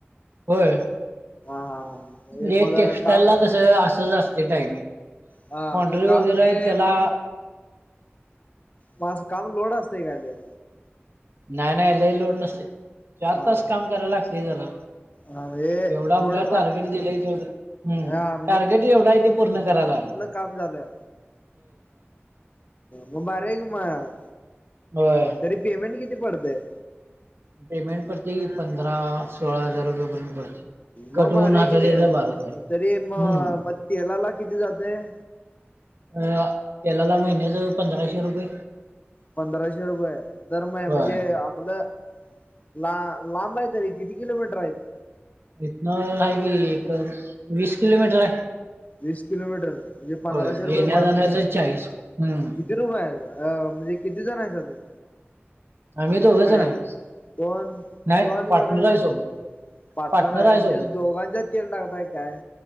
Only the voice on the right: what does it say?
होयं
म्हणे
टेक्स्टाइलं
लां कसं असं जां असते टायमिंग.
कॉन्ट्री
वगैरे
आहे त्याला
नाहीं नाहीं लई लोड नसते चार
तासं
कामं करांयला लागते जरां.
जेवढां
आपल्यांला टार्गेट दिलंय तेवढं हंम
टार्गेट जवढां आहे तेे पूर्ण करांयला लागते
होयं
पेमेंट पडते पंधरा सोळा हजांर रुपयाेपर्यंत पडते. कट
होऊन
हातात
यायला बारा होते
हम्म
अं केलांला महिन्यांचं पंधराशे रुपये.
होय
इतनं ह की एक वीस किलोमीटर आहे.
होय
येण्या
जाण्याचं
चाळीस हम्म
आम्ही दोघं
जण आहे.
नाही
पार्टनर
सोबत
पार्टनर
आहे
सोबत